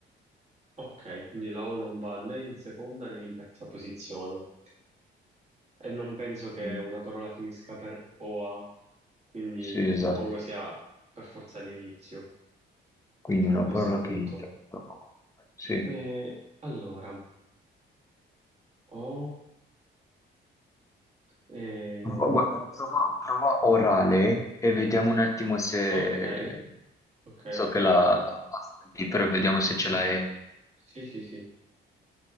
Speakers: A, on the right; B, on the left.
A: Ok, quindi la O non va né in seconda né in terza posizione. E non penso che
B: Mm.
A: una parola finisca per OA, quindi
B: Sì, esatto.
A: suppongo sia per forza l'inizio
B: Quindi una
A: a questo
B: parola
A: punto.
B: che inizia. con- Sì. Eh,
A: Eh, allora, O... Eh,
B: prova- guarda, prova, prova orale e vediamo un attimo se...
A: ok, ok,
B: So
A: ok.
B: che la, la lì, però vediamo se ce la è.
A: Sì, sì, sì.